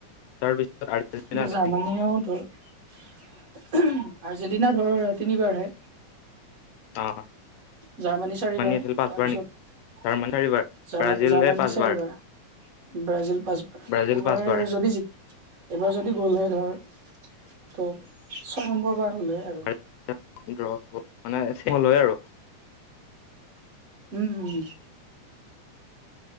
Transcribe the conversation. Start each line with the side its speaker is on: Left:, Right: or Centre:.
Left: তাৰপিছত আৰ্জেণ্টিনা
Right: আজি
Left: আছে
Right: জাৰ্মানী
Left: নেকি
Right: আউট হ'ল। <unintelligible> আৰ্জেণ্টিনা ধৰ তিনিবাৰহে।
Left: অ,।
Right: জাৰ্মানী চাৰিবাৰ
Left: আছিল পাঁচবাৰ
Right: তাৰপিছত
Left: নেকি জাৰ্মানী চাৰিবাৰ
Right: জাৰমা
Left: ব্ৰাজিলে
Right: জাৰ্মানীৰ
Left: পাঁচবাৰ
Right: চাৰিবাৰ। ব্ৰাজিল পাঁচবাৰ
Left: ব্ৰাজিল
Right: এইবাৰ।
Left: পাঁচবাৰ
Right: যদি জিক এইবাৰ যদি গল হয় ধৰ ত' ছয় নম্বৰ বাৰ হ'লহে আৰু।
Left: <unintelligible> মানে চল হয় আৰু।
Right: উম, উম, উম।